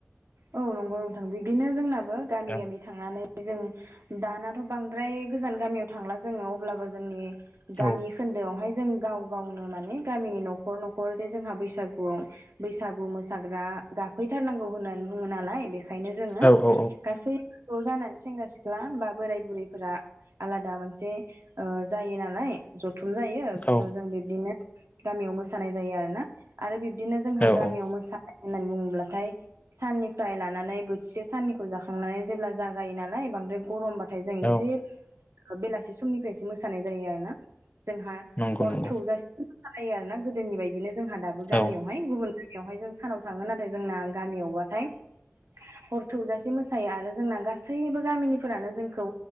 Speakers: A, on the right (about 85°); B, on the left (about 35°).
A: औ नंगौ नोंथां बिदिनो जोंना बो गामि
B: औ
A: गामि थांनानै जों दानाथ' बांद्राय गोजान गामियाव थांला जोङो अब्लाबो जोंनि गामि
B: औ
A: खोन्दोआवहाय जों गाव गावनो माने गामिनि न'खर न'खर जे जोंहा बैसागुवाव बैसागु मोसाग्रा गाफैथारनांगौ होनना बुङो नालाय बेख खायनो जोङो
B: औ औ
A: गासै ज' जानानै सेंग्रा सि ख्ला बा बोराय बुरैफोरा आलादा मोनसे ओ जायो नालाय ज <unintelligible> जायो आरो
B: औ
A: द जों बिदिनो गामियाव मोसानाय जायो आरो ना आरो बि बिदिनो जोंहा
B: औ
A: गामियाव
B: औ
A: मोसानाय होननानै बुङो ब्लाथाय साननिफ्राय लानानै बोथिसे साननिखौ जाखांनानै जेब्ला जागायो नालाय बांद्राय गरमबाथ थाय जों इसे
B: औ
A: बेलासि समनिफ्रायसो मोसानाय जायो आरो ना। जोंहा
B: नंगौ
A: हर
B: नंगौ
A: थौजासि सालायो आरो ना गोदोनि बायदिनो जोंहा दाबो गामियावहाय
B: औ
A: गुबुन गामियावहाय जों सानाव थाङो नाथाय जोंना गामियावबा थाय हर थौजासे मोसायो आरो जोंना गासैबो गामिनिफोरानो जोंखौ